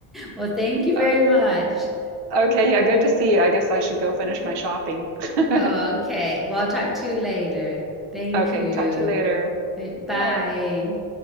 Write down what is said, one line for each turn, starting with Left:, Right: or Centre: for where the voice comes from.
Centre: Well, thank you
Right: Uh,
Centre: very much.
Right: Okay, yeah, good to see you. I guess I should go finish my shopping. <laughs>
Centre: Oh, Okay. Well, I'll talk to you later. Thank
Right: Okay,
Centre: you.
Right: talk to you later.
Centre: Bye.
Right: Bye bye.